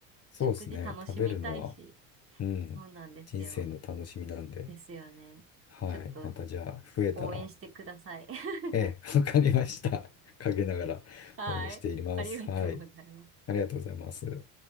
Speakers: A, on the left; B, on the right.
A: そうですね。
B: 食事楽しみたいし。
A: 食べるのは。うん。
B: そうなんですよ。
A: 人生の楽しみなんで。
B: ですよね。
A: はい。
B: ちょっと
A: またじゃあ、増えたら、
B: 応援してください。<laughs>
A: ええ、わかりました。<laughs> 陰ながら応援しています。
B: はい。ありがとうございます。
A: はい。ありがとうございます。